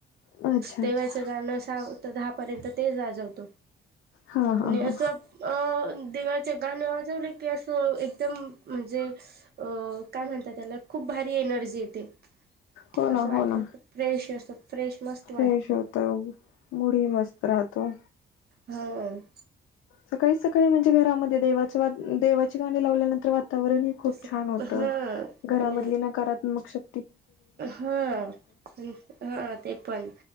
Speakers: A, on the left (about 85°); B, on the right (about 55°).
A: अच्छा अच्छा
B: देवाच गाणं तर दहा पर्यंत ते वाजवतो
A: हा हा
B: आणि
A: हा
B: असं अ दिवा ते गाणं वाजवलं की असं एकदम म्हणजे. अ.. काय म्हणतात त्याला? खूप भारी एनर्जी येते.
A: हो
B: असं
A: ना
B: वाटत
A: हो ना
B: की फ्रेश असं फ्रेश मस्त वाटतं
A: फ्रेश होतो. मूडही मस्त राहतो.
B: होय..
A: सकाळी सकाळी म्हणजे घरामध्ये देवाच्या देवाची गाणी लावल्यानंतर वातावरण ही खूप
B: तस
A: छान होत.
B: हा
A: घरामधलि
B: आणि
A: नकारात्मक शक्ति
B: हा.. हा. ते पण